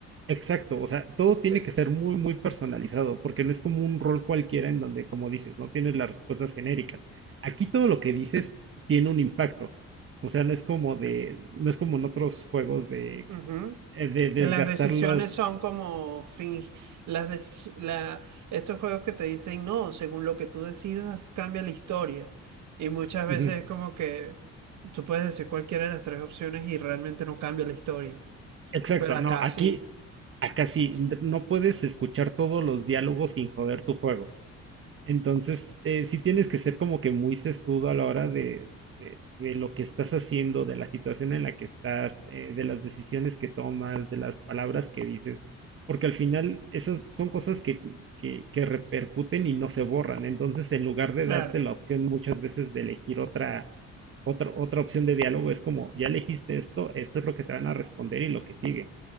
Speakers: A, on the right (about 45°); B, on the right (about 75°).
A: Exacto, o sea, todo tiene
B: Ok.
A: que ser muy, muy personalizado, porque no es como un rol cualquiera en donde, como dices, no tienes las respuestas genéricas. Aquí todo lo que dices tiene un impacto. O sea, no es como de, no es como en otros juegos de,
B: Ujú.
A: eh, de desgastar
B: Que las decisiones
A: los.
B: son como fin, las deci- la- estos juegos que te dicen no, según lo que tú decidas, cambia la historia. Y muchas veces
A: Ujú,
B: es como que tú puedes decir cualquiera de las tres opciones y realmente no cambia la historia.
A: Exacto,
B: Pero acá
A: no, aquí.
B: sí.
A: acá sí, no puedes escuchar todos los diálogos sin joder tu juego. Entonces, eh, sí tienes que ser como que muy sesudo a la hora de, de- de lo que estás haciendo, de la situación en la que estás, eh, de las decisiones que tomas, de las palabras que dices, porque al final esas son cosas que, que, que repercuten y no se borran. Entonces, en lugar de
B: Claro,
A: darte la opción muchas veces de elegir otra, otra, otra opción de diálogo, es como, ya elegiste esto, esto es lo que te van a responder y lo que sigue.